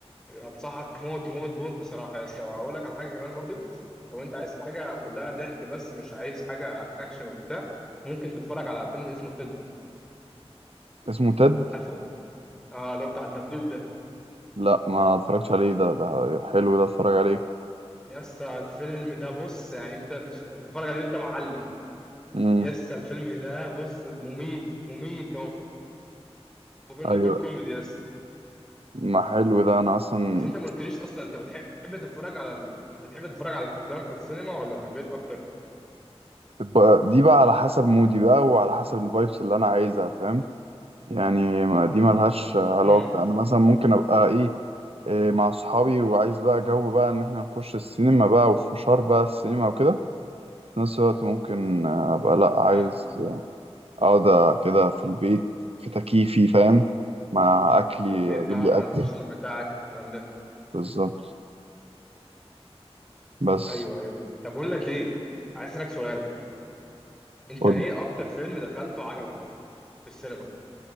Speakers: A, in the centre; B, on the right.
A: هتصحك موت موت موت بصراحه يا اسطى وهقول لك على حاجه كمان برضو لو انت عايز حاجه كلها ضحك بس مش عايز حاجه اكشن وبتاع ممكن تتفرج على فيلم اسمه تيد
B: اسمه تد
A: عارفه اه اللي هو بتاع الدبدوب ده
B: لا ما اتفرجتش عليه ده ده حلو ده اتفرج عليه
A: يا اسطى الفيلم ده بص يعني انت تش- تتفرج عليه وانت معلي
B: امم
A: يا اسطى الفيلم ده بص مميت مميت هو هو فيلم
B: ايوه
A: كله كوميدي يا اسطى
B: ما حلو ده انا اصلا
A: بس انت ما قلتليش اصلا انت بتحب تتفرج على ال... بتحب تتفرج على الافلام في السينما ولا في البيت اكتر
B: بقى- دي بقى على حسب مودي بقى وعلى حسب الفايبس اللي انا عايزها فاهم يعني ما- دي ملهاش علاقة
A: امم
B: انا مثلا ممكن ابقى ايه إيه، مع صحابي وعايز بقى جو بقى ان احنا نخش السينما بقى وفشار بقى السينما وكده في نفس الوقت ممكن ابقى لا عايز
A: ها
B: اقعد كده في البيت في تكييفي فاهم مع اكلي
A: في البيت
B: اجيب
A: بقى
B: لي
A: مع
B: اكل
A: الفشار بتاعك والكلام ده
B: بالظبط بس
A: ايوه ايوه طب بقول لك ايه عايز اسالك سؤال انت
B: قول
A: ايه اكتر فيلم دخلته عجبك في السينما